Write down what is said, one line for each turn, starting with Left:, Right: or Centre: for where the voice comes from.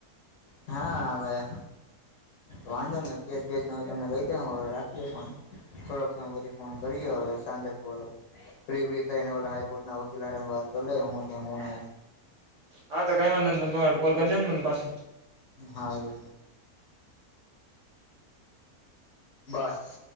Left: હા, આવે. વાંધો ની અવ કેસ બેસનું તમને કઈ દેવુ હવે રાખીએ ફોન. થોડાક સમય પછી ફોન કરીએ હવે. સાંજે કોરોક ફ્રી બ્રી થઈને ઓલા હાઈકોર્ટ ના વકીલ હારે વાત કર લે હુ કે હુ નઈ.
Right: હા, તો કઈ વાંધો ની તમ તમારે કોલ કર દયો ને મને પાસ
Left: હારુ. બસ.